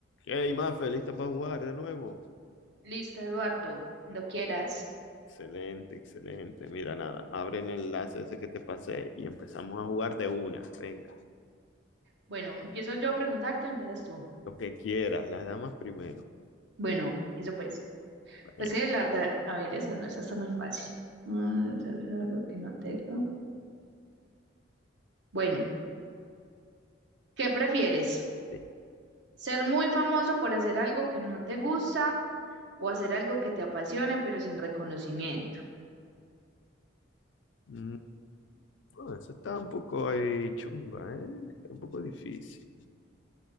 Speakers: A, on the left; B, on the right.
A: Hey, Mafe, ¿lista para jugar de nuevo?
B: Listo, Eduardo, lo quieras.
A: Excelente, excelente. Mira, nada, abre el enlace ese que te pasé y empezamos a jugar de una. Venga,
B: Bueno, ¿empiezo yo a preguntarte o empiezas tú?
A: lo que quieras, las damas primero.
B: Bueno, eso pues.
A: Venga,
B: Pues que la verdad, a ver, esa no, esa está muy fácil. Ah, eso es algo que no te... Bueno, ¿qué prefieres?
A: sí.
B: ¿Ser muy famoso por hacer algo que no te gusta o hacer algo que te apasione pero sin reconocimiento?
A: Mm, bueno, eso está un poco ahí chunga, ¿eh? Está un poco difícil.